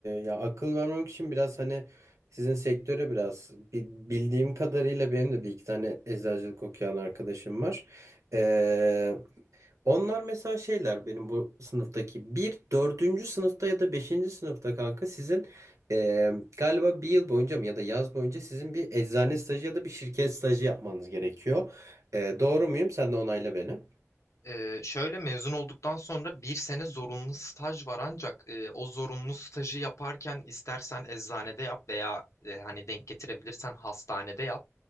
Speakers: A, on the right; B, on the left.
A: ya akıl vermemek için biraz hani sizin sektöre biraz bi- bildiğim kadarıyla benim de bir iki tane eczacılık okuyan arkadaşım var. E, onlar mesela şeyler benim bu sınıftaki bir dördüncü sınıfta ya da beşinci sınıfta kanka sizin e, galiba bir yıl boyunca mı ya da yaz boyunca sizin bir eczane stajı ya da bir şirket stajı yapmanız gerekiyor. E, doğru muyum? Sen de onayla beni.
B: Ee, şöyle mezun olduktan sonra bir sene zorunlu staj var ancak e, o zorunlu stajı yaparken istersen eczanede yap veya e, hani denk getirebilirsen hastanede yap.